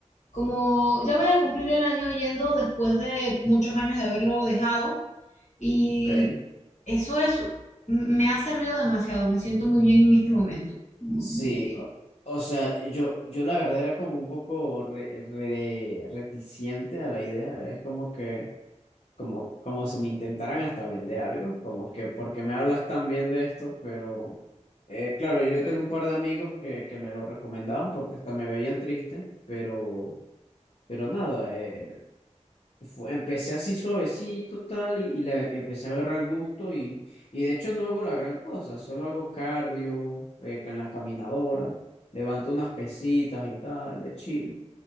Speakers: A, on the left (about 85°); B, on the left (about 60°).
A: como, ya voy a cumplir el año yendo después de muchos años de haberlo dejado y
B: Ok.
A: eso es, me ha servido demasiado, me siento muy bien en este momento, muy,
B: Sí,
A: muy bien.
B: o, o sea, yo, yo la verdad era como un poco re- re- reticente a la idea, es como que... como, como si me intentaran hasta vender algo, como que porque me hablas tan bien de esto, pero eh, claro, yo yo tengo un par de amigos que, que me lo recomendaban porque hasta me veían triste, pero, pero nada, eh, fue- empecé así suavecito tal y, y le empecé a agarrar el gusto y, y de hecho no hago la gran cosa, solo hago cardio eh, en la caminadora, levanto unas pesitas y tal, de chill,